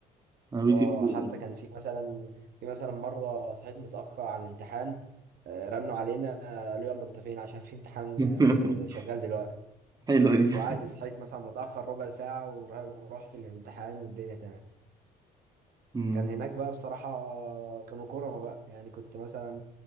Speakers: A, on the right; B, on the right.
A: أنا بيتي
B: اه
A: في السعودية.
B: حتى كان في مثلا في مثلا مرة صحيت متأخر عن امتحان آه، رنوا علينا آه، قالوا يلا انت فين عشان في امتحان
A: <laughs>
B: آه، ب- شغال دلوقتي
A: حلوة دي
B: وعادي صحيت مثلا متأخر ربع ساعة ورحت الامتحان والدنيا تمام
A: مم.
B: كان هناك بقى بصراحة كانوا كرما بقى يعني كنت مثلا